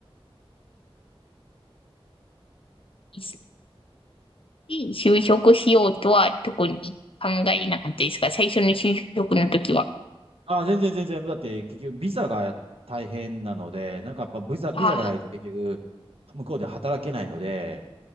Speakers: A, on the left (about 60°); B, on the right (about 70°).
A: いですいい就職しようとは特に考えなかったですが、最初の就職の時は、
B: あ、全然全然。だって、結局、ビザが大変なので、なんかやっぱビザ、ビザがないと結局、
A: ああ、
B: 向こうで働けないので、